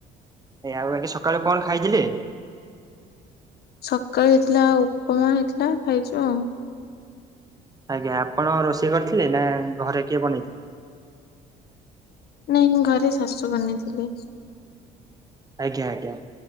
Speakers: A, on the right (about 20°); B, on the left (about 60°).
A: ଏ ଆଉ ଆଜି ସକାଳୁ କଣ ଖାଇଥିଲେ?
B: ସକାଳେ ହେଇଥିଲା ଉପମା ହେଇଥିଲା ଖାଇଛୁ ଆଉ।
A: ଆଜ୍ଞା ଆପଣ ରୋଷେଇ କରିଥିଲେ ନା ଘରେ କିଏ ବନେଇ
B: ନାଇଁ ଘରେ ଶାଶୁ ବନେଇଥିଲେ।
A: ଆଜ୍ଞା ଆଜ୍ଞା